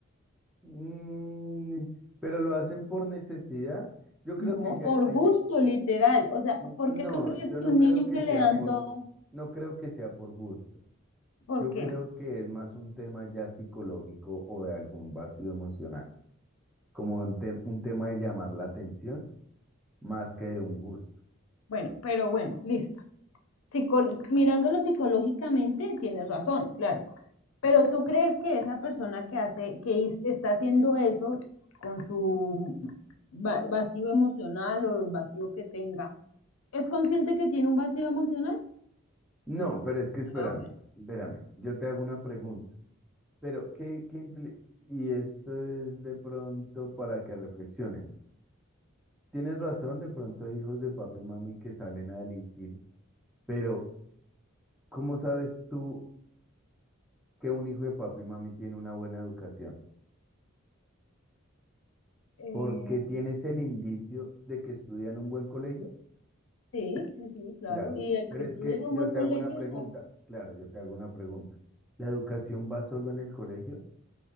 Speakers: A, in the centre; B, on the left.
A: Mm, pero lo hacen por necesidad. Yo creo
B: No,
A: que ya,
B: por
A: hay-
B: gusto, literal. O sea,
A: no,
B: ¿por qué tú crees
A: yo
B: que
A: no
B: un
A: creo
B: niño
A: que
B: que le
A: sea
B: dan
A: por,
B: todo?
A: no creo que sea por gusto.
B: ¿Por
A: Yo
B: qué?
A: creo que es más un tema ya psicológico o de algún vacío emocional, como un, te- un tema de llamar la atención más que de un gusto.
B: Bueno, pero bueno, listo. Psicol- mirándolo psicológicamente, tienes razón, claro. Pero ¿tú crees que esa persona que hace, que es- está haciendo eso con su va- vacío emocional o el vacío que tenga, es consciente que tiene un vacío emocional?
A: No, pero es que espérame,
B: Ah, bueno.
A: espérame. Yo te hago una pregunta, pero ¿qué, qué impli- Y esto es de pronto para que reflexiones. Tienes razón, de pronto hay hijos de papi y mami que salen a delinquir Pero, ¿cómo sabes tú que un hijo de papi y mami tiene una buena educación?
B: Eh,
A: Porque tienes el indicio de que estudia en un buen colegio,
B: sí, sí, sí, claro.
A: claro.
B: Y el
A: Pero
B: que estudia
A: es que
B: en un
A: yo
B: buen colegio
A: te hago una pregunta,
B: ya.
A: claro, yo te hago una pregunta. ¿La educación va solo en el colegio?